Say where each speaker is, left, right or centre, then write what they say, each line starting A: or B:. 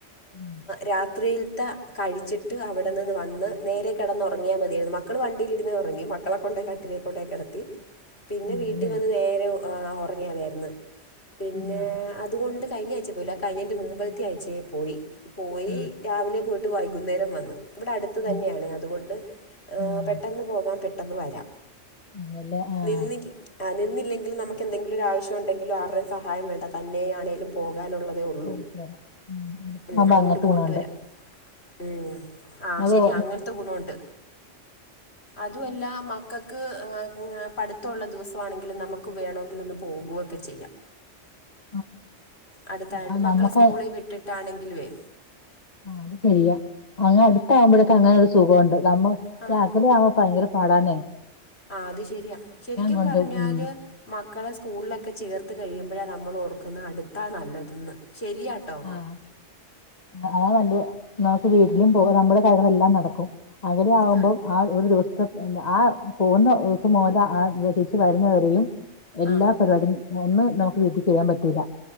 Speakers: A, on the left (about 35°); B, on the left (about 60°).
A: ആഹ്
B: രാത്രിയിലത്തെ കഴിച്ചിട്ട് അവിടെ നിന്ന് വന്ന് നേരെ കിടന്നുറങ്ങിയാ മതിയരുന്നു മക്കൾ വണ്ടിയി ഇരുന്ന് ഉറങ്ങി മക്കളെ കൊണ്ടണ്ട് കട്ടിലി കൊണ്ടോയീ കെടത്തി പിന്നെ
A: അതല്ലേ
B: വീട്ടിൽ വന്ന് നേരെ ഉറങ്ങിയാതിയിരുന്നു പിന്നെ
A: ആഹ്
B: അതുകൊണ്ട് കഴിഞ്ഞ അയച്ചേ പോയില്ല കഴിഞ്ഞന്റെ മുമ്പലത്തെ അയച്ചേ പോയി പോയി
A: അതെല്ലേ ആഹ് ആഹ്
B: രാവിലെ പോയിട്ട് വൈകുന്നേരം വന്ന് ഇവിടെ അടുത്ത് തന്നെയണേ
A: ഉം
B: അതുകൊണ്ട്
A: ആഹ്
B: പെട്ടന്ന് പെട്ടെന്ന് വരാം
A: അതല്ലേ ആഹ്
B: നിന്നി ആ നിന്നില്ലെങ്കിൽ നമുക്ക് എന്തെങ്കിലും ഒരു ആവശ്യണ്ടെങ്കിലും ആരുടെയും സഹായം വേണ്ട തന്നെയാണെലും പോകാനുള്ളതേ ഉള്ളൂ
A: പോയിട്ട് വരാം ഉം അടുത്താവുമ്പോ
B: ഉം അതുകൊണ്ട്
A: അങ്ങനത്തെ
B: പോയിട്ട്
A: ഗുണോണ്ട്
B: വരാം. ഉം ആ
A: അതോ
B: ശരിയാ അങ്ങനത്തെ ഗുണൊണ്ട് അതുവല്ല മ ക്കക്ക് പഠിത്തൊള്ള ദിവസമാണെങ്കിലും നമുക്ക് വേണമെങ്കിൽ ഒന്ന് പോകുയൊക്കെ ചെയ്യാം.
A: <inaudible>
B: അടുത്തായോണ്ട്
A: ആഹ്
B: മക്കളെ
A: നമുക്ക്
B: സ്കൂളില് വിട്ടിട്ടാണെങ്കിലുവേ
A: ആഹ് അത് ശരിയാ അങ്ങ് അടുത്ത ആവുമ്പോഴേക്കെ അങ്ങനെ ഒരു സുഖുണ്ട് നമ്മ
B: ആഹ്
A: രിത്രിയാകുഭയങ്കര പാടാനേ
B: ആ അത് ശരിയാ ശരിക്കും
A: കൊണ്ടും
B: പറഞ്ഞാല്
A: ഉം
B: മക്കളെ സ്കൂളിലൊക്കെ ചേർത്ത് കഴിയുമ്പോഴാണ് നമ്മൾഓടുക്കുന്ന അടുത്താ നല്ലതന്ന് ശരിയ ആഓഫ്
A: ആഹ് അതാ നല്ല നമുക്ക് വീട്ടിലും പോ നമ്മുടെ കാര്യങ്ങളളെ എല്ലാം നടക്കും അകനെ ആകുമ്പോം
B: ആഹ്
A: ആ ഒരു ദിവസത്തെ ആ പോകുന്ന ദിവസം മുല ആ തിരിച്ച വരുന്നവരെയും എല്ലാ
B: ആഹ്
A: പരിപാടിയും ഒന്നും നമുക്ക് വീട്ടിൽ ചെയ്യാൻ പറ്റൂല